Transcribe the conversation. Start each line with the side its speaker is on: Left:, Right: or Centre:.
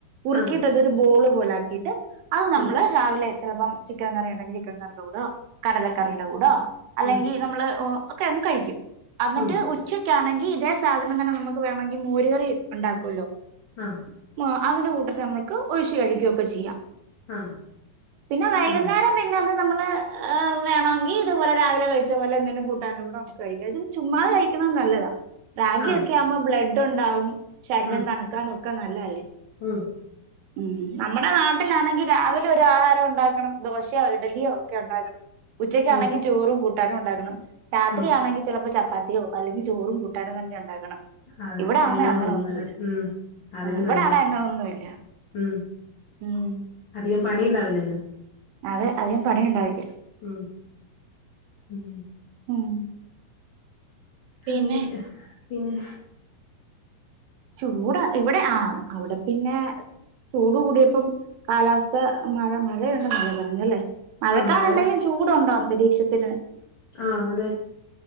Right: കുറുക്കിയിട്ടതൊരു
Left: ആഹ്
Right: ബോള് പോലെ ആക്കിട്ട് അത് നമ്മള്
Left: ഉം
Right: രാവിലെ ചെലപ്പം ചിക്കൻ കറി ണ്ടെങ്കി ചിക്കൻ കറിയുടെ കൂടെയൊ, കടലക്കറിയുടെ കൂടോ അല്ലെങ്കി
Left: ഉം
Right: നമ്മള് ഓ ഒക്കെ അങ് കഴിക്കും. അന്ന്ട്ട്
Left: ഉം
Right: ഉ.... ഉച്ചയ്ക്കാണെങ്കി ഇതേ സാധനം തന്നെ നമുക്ക് വേണെങ്കി മോരുകറി ണ്ടാക്കൊല്ലൊ
Left: ആഹ്
Right: <unintelligible> അതിന്റെ കൂട്ടത്ത് നമ്മൾക്ക് ഒഴിച്ച് കഴിക്കു ഒക്കെ ചെയ്യാ.
Left: ആഹ്
Right: പിന്നെ വൈകുന്നേരം
Left: ആഹ്
Right: പിന്നെ എന്താ നമ്മള് ഏഹ് വേണമെങ്കിൽ ഇതുപോലെ രാവിലെ കഴിച്ച പോലെ എന്തെങ്കിലും കൂട്ടാന്റെ കൂടെ നമ്മക്ക് കഴിക്കാ. ഇത് ചുമ്മാ കഴിക്ക്ണത് നല്ലതാ. റാഗി
Left: ആഹ്
Right: ഒക്കെ ആവുമ്പോ ബ്ലഡ് ഉണ്ടാവും, ശരീരം
Left: ഉം
Right: തണുക്കാനും ഒക്കെ നല്ലതല്ലേ.
Left: ഉം
Right: ഉം നമ്മ മ്മള നാട്ടിലാണെങ്കിൽ രാവിലെ ഒരു ആഹാരം ഉണ്ടാക്കണം ദോശയോ ഇഡലിയോ ഒക്കെ ഉണ്ടാക്കണം. ഉച്ചക്കാണെങ്കിൽ
Left: ഉം
Right: ചോറും കൂട്ടാനും ഉണ്ടാകണം രാത്രിയാണെങ്കിൽ
Left: ഉം
Right: ചിലപ്പോ ചപ്പാത്തിയോ അല്ലെങ്കിൽ ചോറും കൂട്ടാനും തന്നെ ഉണ്ടാക്കണം.
Left: ആഹ്,
Right: ഇവിടെ
Left: അതെ
Right: ആണെ
Left: എല്ലാം
Right: അങ്ങനെ
Left: വെവ്വേറെ
Right: ഒന്നുമില്ല
Left: ഉം, അതല്ലേ
Right: ഉം ഇവിടെ
Left: നല്ലേ,
Right: ആണെ അങ്ങനെ ഒന്നുമില്ല
Left: ഉം
Right: ഉം
Left: അധികം പണി ഇണ്ടാവില്ലല്ലോ?
Right: അതെ അധികം പണി ഇണ്ടാവില്ല.
Left: ഉം, ഉം
Right: ഉം പിന്നെ
Left: അങ്ങനെ, പിന്നെ
Right: ചൂട ഇവിടെ ആഹ് അവിടെ പിന്നെ ചൂട് കൂടിയപ്പം കാലാവസ്ഥ മഴ മഴ ഇണ്ടെന്നല്ലേ പറഞ്ഞ് അല്ലേ. മഴക്കാർ
Left: ആ മഴ
Right: ഇണ്ടെങ്കിലും ചൂടുണ്ടോ അന്തരീക്ഷത്തിന്?
Left: ആഹ്, അതെ